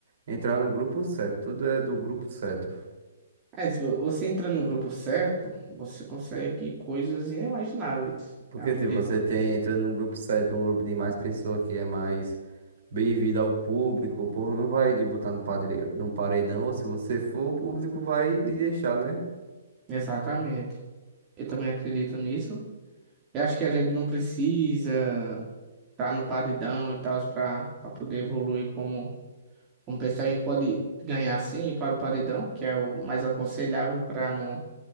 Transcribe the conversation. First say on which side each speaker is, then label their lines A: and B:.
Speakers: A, on the right; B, on the right.
A: entrar no grupo certo. Tudo é do grupo certo.
B: É, se vo- você entra no grupo certo, você consegue coisas inimagináveis.
A: Porque,
B: Eu acredito.
A: tipo, você tem, entrando num grupo certo, um grupo de mais pessoas que é mais. bem-vindo ao público. O povo não vai lhe botar no padre, num paredão, ou se você for, o público vai lhe deixar, né?
B: Exatamente. Eu também acredito nisso. Eu acho que a gente não precisa estar no paredão e tal para pra poder evoluir como. Como pensar, a gente pode ganhar sim para o paredão, que é o mais aconselhável para não,